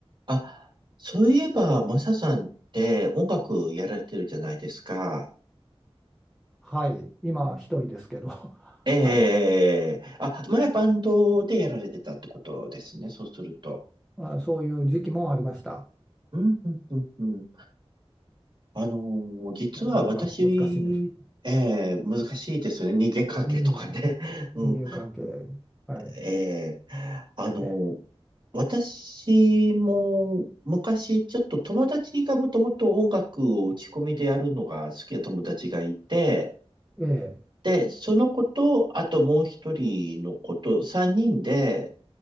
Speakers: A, on the right; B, in the centre.
A: あ、そういえば、マサさんって音楽やられてるじゃないですか。
B: はい、今一人ですけど、<laughs>
A: ええあ、
B: はい、
A: 前バンドでやられてたってことですね。そうすると。
B: まあ、そういう時期もありました。
A: うん、うん、うん、うん。あのー実は私、
B: なかなか難しいんですけど、
A: ええ難しいですよね。人間関係とかね。
B: うん、
A: <laughs> うん。
B: 人間関係、はい、
A: ええあのー
B: え
A: 私も昔ちょっと友達がもともと音楽を打ち込みでやるのが好きな友達がいて、
B: え、ええ、
A: で、その子と、あともう一人の子と、三人で、